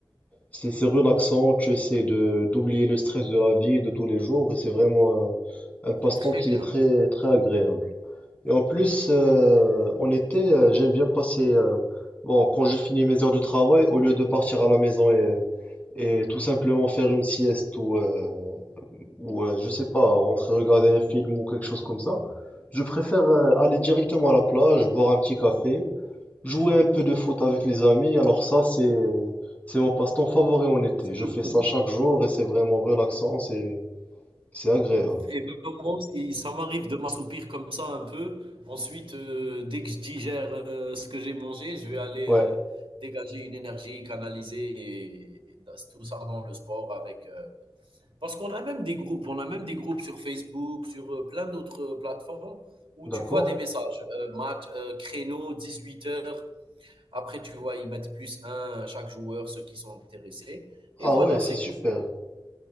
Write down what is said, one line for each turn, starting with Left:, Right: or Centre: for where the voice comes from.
Left: c'est c'est relaxant, tu essaies de d'oublier le stress de la vie de tous les jours et c'est vraiment un, un passe-temps
Right: c'est très
Left: qui
Right: bien.
Left: est très très agréable. Et en plus, euh, en été, euh, j'aime bien passer. euh, bon, quand je finis mes heures de travail, au lieu de partir à la maison et et tout simplement faire une sieste ou euh, ou euh, je sais pas, rentrer regarder un film ou quelque chose comme ça, je préfère euh, aller directement à la plage, boire un petit café Jouer un peu de foot avec les amis, alors ça, c'est, c'est mon passe-temps favori en été.
Right: C'est
Left: Je
Right: le
Left: fais
Right: coup.
Left: ça chaque jour et c'est vraiment relaxant, c'est, c'est agréable.
Right: Et ben, moi aussi, ça m'arrive de m'assoupir comme ça un peu. Ensuite, euh, dès que je digère euh, ce que j'ai mangé, je vais aller
Left: Ouais,
Right: euh, dégager une énergie, canaliser et, et dans- tout ça dans le sport avec. euh, Parce qu'on a même des groupes, on a même des groupes sur Facebook, sur euh, plein d'autres euh, plateformes où
Left: d'accord.
Right: tu vois des messages, euh, match, euh, créneau, 18 heures. Après, tu vois, ils mettent plus un à chaque joueur, ceux qui sont intéressés. Et
Left: Ah
Right: voilà,
Left: ouais, c'est
Right: c'est
Left: super.
Right: qu'on